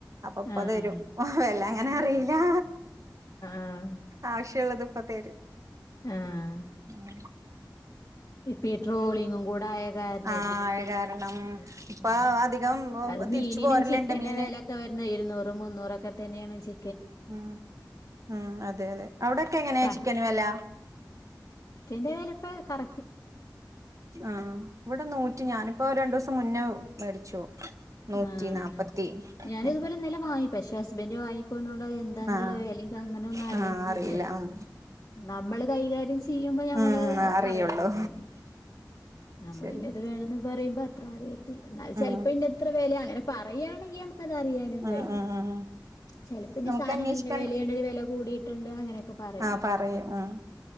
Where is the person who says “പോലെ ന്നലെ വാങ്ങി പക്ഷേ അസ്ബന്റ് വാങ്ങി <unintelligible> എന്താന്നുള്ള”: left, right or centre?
Left